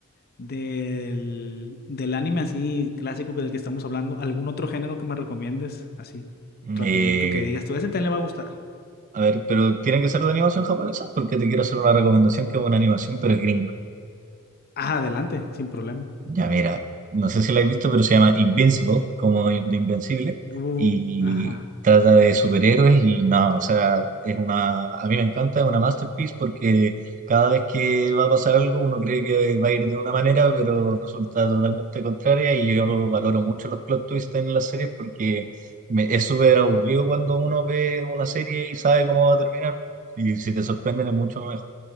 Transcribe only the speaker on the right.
Eh,
a ver, pero tiene que ser de animación japonesa porque te quiero hacer una recomendación que es una animación, pero es gringa.
Ya mira, no sé si lo has visto, pero se llama Invincible, como de Invencible,
y
trata de superhéroes y no, o sea, es una, a mí me encanta, es una masterpiece porque cada vez que va a pasar algo uno cree que va a ir de una manera, pero resulta totalmente contraria y yo valoro mucho los plot twists en las series porque me- es súper aburrido cuando uno ve una serie y sabe cómo va a terminar y si te sorprenden es mucho mejor.